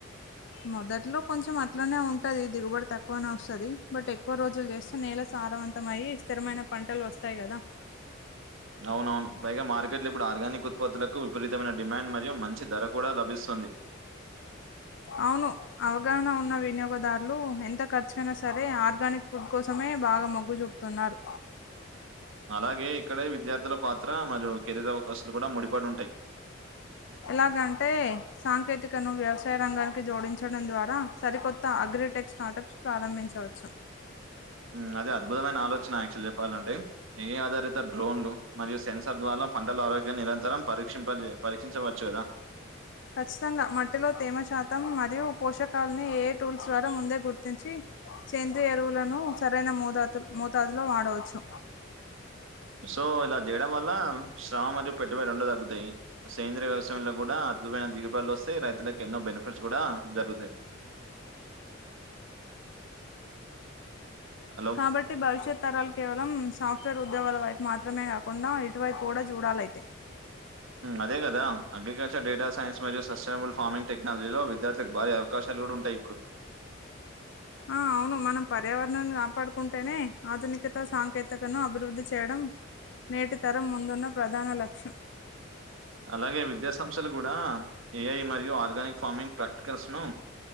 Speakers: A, on the left; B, on the right.
A: మొదట్లో కొంచెం అట్లనే ఉంటది దిగుబడి తక్కువనే వస్తుంది బట్ ఎక్కువ రోజులు చేస్తే నేల సారవంత తమయి స్థిరమైన పంటలు వస్తాయి గదా
B: అవునవును పైగా మార్కెట్లు ఇప్పుడు ఆర్గానిక్ ఉత్పత్తులకు విపరీతమైన డిమాండ్ మరియు మంచి ధర కూడా లభిస్తుంది
A: అవును అవగాహన ఉన్న వినియోగదారులు ఎంత ఖర్చు అయినా సరే ఆర్గానిక్ ఫుడ్ కోసమే బాగా మెగ్గు చూపు తున్నారు
B: అలాగే ఇక్కడే విద్యార్థుల పాత్ర మరియు కెరీర్ అవకాశాలు గూడా ముడిపడి ఉంటాయి
A: ఎలాగంటే సాంకేతికను వ్యవసాయ రంగానికి జోడించడం ద్వారా సరికొత్త అగ్రిటెక్స్ట్ స్టార్టప్స్ ప్రారంభించవచ్చు
B: ఉమ్ అది అద్భుతమైన ఆలోచన యాక్చువల్ చెప్పాలంటే ఏ ఆధారిత డ్రోన్లు మరియు సెన్సర్ ద్వారా పంటల ఆరోగ్యాన్ని నిరంతరం పరీక్షంపజే పరీక్షించవచ్చు కదా
A: ఖచ్చితంగా మట్టిలో తేమ శాతం మరియు పోషకాలని ఏఐ టూల్స్ ద్వారా ముందే గుర్తించి సెంద్రీయేరువులను సరైన మోతాతు మోతాదులో వాడవచ్చు
B: సో ఇలా చేయడం వల్ల శ్రమ మరియు పెట్టుబడి రెండు తగ్గుతాయి సేంద్రీయ వ్యసయంలో కూడా అద్భుమైన దిగుబలొస్తాయి రైతులకు ఎన్నో బెనిఫిట్స్ కూడా జరుగుతాయి హలో!
A: కాబట్ ట్టి భవిష్యత్ తరాలు కేవలం సాఫ్ట్వేర్ ఉద్యోగాల వైపు మాత్రమే కాకుండా ఇటువైపు కూడా చూడాలైతే
B: అదే కదా అగ్రికల్చర్ డేటా సైన్స్ మరియు సస్టైనబుల్ ఫార్మింగ్ టెక్నాలజీలో విత్ విద్యార్థులకు భారీ అవకాశాలు కూడా ఉంటాయి ఇప్పుడు
A: ఆ అవును మనం పర్యావరణాన్ని కాపాడుకుంటేనే ఆధునికత సాంకేతికతను అభివృద్ధి చేయడం నేటి తరం ముందున్న ప్రధాన లక్షం
B: అలాగే విద్యా సంస్థలు కూడా ఏఐ మరియు ఆర్గానిక్ ఫార్మింగ్ ప్రాక్టికల్స్ ను